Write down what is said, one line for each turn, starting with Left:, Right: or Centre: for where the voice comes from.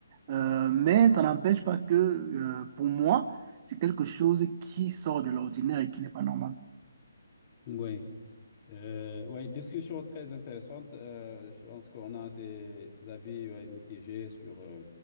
Right: Euh, mais ça n'empêche pas que, euh, pour moi, c'est quelque chose qui sort de l'ordinaire et qui n'est pas normal.
Left: Oui. Euh, ouais, discussion très intéressante. Euh, je pense qu'on a des avis ouais, mitigés sur euh,